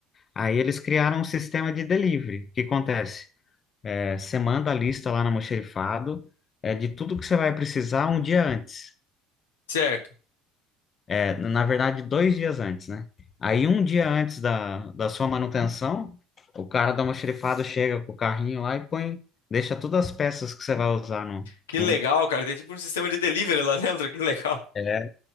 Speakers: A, on the left; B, on the left.
A: Aí eles criaram um sistema de delivery. O que acontece? É, Você manda a lista lá na Mocherifado, é, de tudo que você vai precisar um dia antes.
B: certo.
A: É, na verdade, dois dias antes, né? Aí, um dia antes da, da sua manutenção, o cara da Mocherifado chega com o carrinho lá e põe, deixa todas as peças que você vai usar no.
B: Que
A: no-
B: legal, cara. Tem tipo um sistema de delivery lá <laughs> dentro, que legal.
A: É,